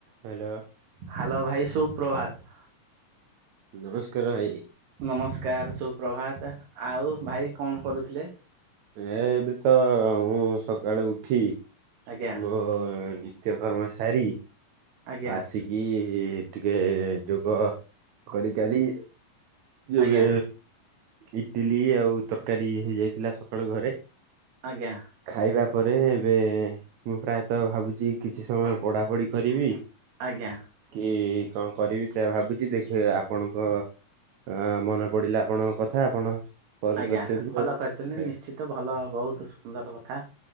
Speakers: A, on the right (about 65°); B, on the right (about 80°).
A: Hello.
B: Hello ଭାଇ ସୁପ୍ରଭାତ।
A: ନମସ୍କାର ଭାଇ।
B: ନମସ୍କାର ସୁପ୍ରଭାତ ଆଉ ଭାଇ କଣ କରୁଥିଲେ।
A: ଏ ଏବେ ତ ମୁଁ ସକାଳୁ ଉଠି।
B: ଆଜ୍ଞା
A: ମୋ ନିତ୍ୟ କର୍ମ ସାରୀ
B: ଆଜ୍ଞା
A: ଆସି କି ଟିକେ ଯୋଗ କରିକାରି
B: ଆଜ୍ଞା
A: ଏବେ ଇଟିଲୀ ଆଉ ତ ଇଏ ହେଇ ଯାଇଥିଲା ସକାଳୁ ଘରେ।
B: ଆଜ୍ଞା
A: ଖାଇବା ପରେ ଏବେ ମୁଁ ପ୍ରାୟତଃ ଭାବୁଛି କିଛି ସମୟ ପଢାପଢି କରିବି।
B: ଆଜ୍ଞା।
A: କି କଣ କରିବି ସେୟା ଭାବୁଛି ଦେଖ ଆପଣଙ୍କର। ହ ମନେ ପଡିଲା ଆପଣଙ୍କ କଥା ଆପଣ କଲ୍
B: ଆଜ୍ଞା
A: କରିଛନ୍ତି
B: ଭଲ
A: ଆଉ
B: କରିଛନ୍ତି ନି କିଛି ତ ଭଲ ବହୁତ ସୁନ୍ଦର କଥା